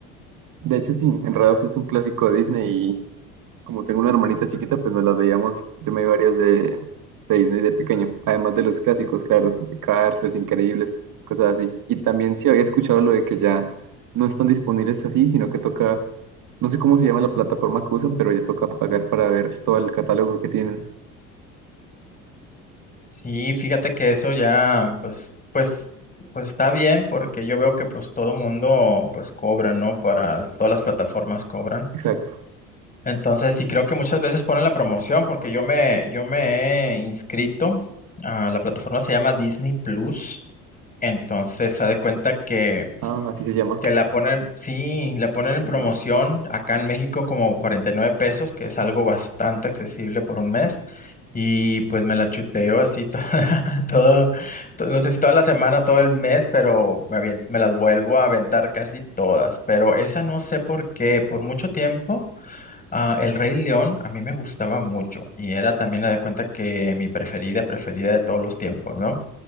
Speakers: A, on the right; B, on the left.
A: De hecho, sí, Enredados es un clásico de Disney y como tengo una hermanita chiquita, pues nos las veíamos. Yo me vi varias de, de Disney de pequeño, además de los clásicos, claro, de Cars, Los Increíbles, cosas así. Y también sí había escuchado lo de que ya no están disponibles así, sino que toca, no sé cómo se llama la plataforma que usan, pero ya toca pagar para ver todo el catálogo que tienen.
B: Sí, fíjate que eso ya, pues, pues, pues está bien porque yo veo que pues todo mundo pues cobra, ¿no? Para todas las plataformas cobran.
A: Exacto.
B: Entonces, sí creo que muchas veces ponen la promoción porque yo me, yo me he inscrito a la plataforma se llama Disney Plus. Entonces, se da cuenta que
A: Ah, así se llama.
B: que la ponen, sí, la ponen en
A: Mm,
B: promoción
A: Ya.
B: acá en México como 49 pesos, que es algo bastante accesible por un mes. Y pues me la chuteo así to- <laughs> todo, to- no sé si toda la semana, todo el mes, pero me, avien- me las vuelvo a aventar casi todas. Pero esa no sé por qué, por mucho tiempo, ah, El Rey León a mí me gustaba mucho y era también me de cuenta que mi preferida, preferida de todos los tiempos, ¿no?